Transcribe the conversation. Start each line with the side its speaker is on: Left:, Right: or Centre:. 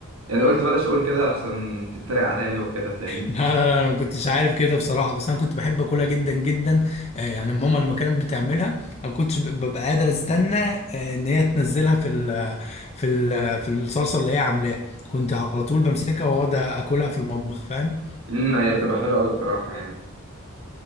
Right: يعني قلت بلاش اقول كده لحسن تتريق عليا وكده فاهمني
Left: لا لا لا انا ما كنتش عارف كده بصراحه بس انا كنت بحب اكلها جدا جدا آه، يعني ماما لما كانت بتعملها ما كنتش ب- ببقى قادر استنى آه، ان هي تنزلها في ال في ال في الصلصه اللي هي عاملاها كنت على طول بمسكها واقعد اكلها في المطبخ فاهم
Right: امم هي بتبقى حلوة قوي بصراحة يعني